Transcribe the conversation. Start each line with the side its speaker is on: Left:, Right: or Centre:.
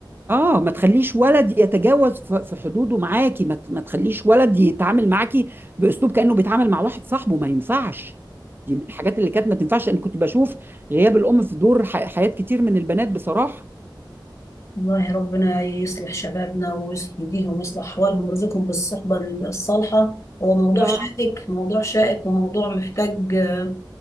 Right: اه ما تخليش ولد يتجاوز ف- في حدوده معاكي ما ت- ما تخليش ولد يتعامل معاكي باسلوب كانه بيتعامل مع واحد صاحبه ما ينفعش دي من الحاجات اللي كانت ما تنفعش انا كنت بشوف غياب الام في دور ح- حياة كتير من البنات بصراحة
Left: والله ربنا يصلح شبابنا ويهديهم ويصلح أحوالهم ويرزقهم بالصحبة الصالحة هو موضوع
Right: يا
Left: شائك
Right: رب
Left: موضوع شائك وموضوع محتاج آه،